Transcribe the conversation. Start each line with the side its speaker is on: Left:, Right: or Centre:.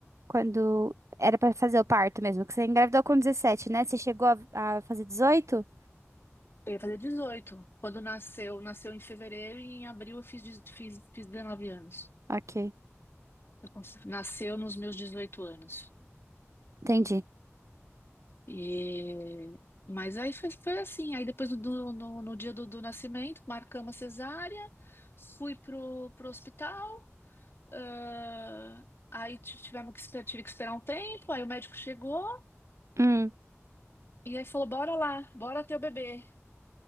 Right: quando era pra fazer o parto mesmo? Que você engravidou com 17, né? Você chegou a, a fazer 18?
Left: Eu ia fazer 18 Quando nasceu, nasceu em fevereiro e em abril eu fiz, de- fiz, fiz 19 anos.
Right: Ok,
Left: Eu cons- nasceu nos meus 18 anos.
Right: entendi.
Left: E... Mas aí foi, foi assim. Aí depois do, do- no, no dia do, do nascimento, marcamos a cesárea, fui pro, pro hospital. ãh, Aí ti- tivemos que, esper- tive que esperar um tempo. Aí o médico chegou
Right: Hum.
Left: e aí falou: Bora lá, bora ter o bebê.